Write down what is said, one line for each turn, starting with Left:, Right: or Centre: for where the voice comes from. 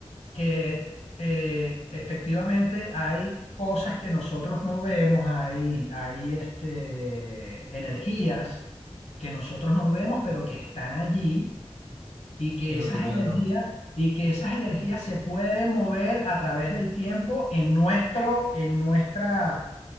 Left: que eh, efectivamente hay cosas que nosotros no vemos, hay, hay este, energías que nosotros no vemos, pero que están allí y que
Right: En
Left: esas
Right: otro plano.
Left: energías y que esas energías se pueden mover a través del tiempo en nuestro, en nuestra,